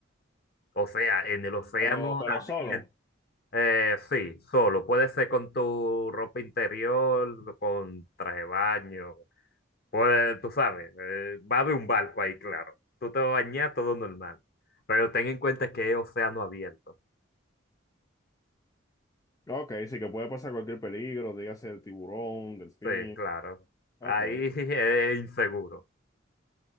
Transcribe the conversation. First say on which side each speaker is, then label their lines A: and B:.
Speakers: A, on the left; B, on the left.
A: o sea, en el océano
B: Pero, pero
A: abierto.
B: solo.
A: Eh, sí, solo, puede ser con tu ropa interior, con traje de baño, Pues tú sabes, eh, va a haber un barco ahí, claro. Tú te vas a bañar todo normal. Pero ten en cuenta que es océano abierto.
B: Ok, sí que puede pasar cualquier peligro, dígase tiburón, delfín.
A: Sí, claro.
B: Ok.
A: Ahí <laughs> es inseguro.